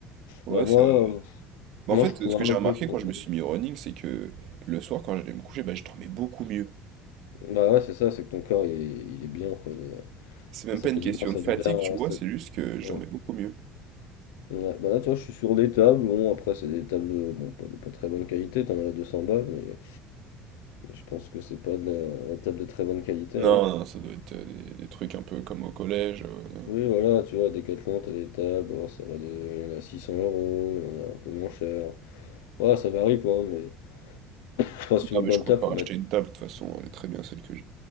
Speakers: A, on the right; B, on the left.
A: Ouais,
B: Bah moi,
A: ça.
B: euh,
A: Bah,
B: moi
A: en fait,
B: je cours
A: ce que
B: un
A: j'ai remarqué
B: peu pour.
A: quand je me suis mis au running, c'est que le soir, quand j'allais me coucher, bah, je dormais beaucoup mieux.
B: Bah ouais, c'est ça, c'est que ton corps il est, il est bien quoi. il est-
A: C'est
B: Enfin,
A: même
B: ça
A: pas une
B: fait du
A: question
B: bien, ça
A: de fatigue,
B: libère. euh,
A: tu vois,
B: ça-
A: c'est juste que je
B: Ouais.
A: dormais beaucoup mieux.
B: Ouais, Bah là, toi, je suis sur des tables. Bon, après, c'est des tables, bon, pas de pas très bonne qualité. T'en as à 200 balles, mais, mais je pense que c'est pas de la, la table de très bonne qualité.
A: Non,
B: Hein.
A: non, ça doit être euh, des, des trucs un peu comme au collège. euh, non.
B: Oui, voilà, tu vois, Decathlon, t'as des tables. oh, ça va de, il y en a 600 euros, il y en a un peu moins cher. voilà ça varie quoi, mais. Enfin, si tu
A: Non,
B: veux une
A: mais
B: bonne
A: je compte
B: table,
A: pas
B: faut
A: racheter
B: mettre
A: une table, de toute façon, elle est très bien celle que j'ai.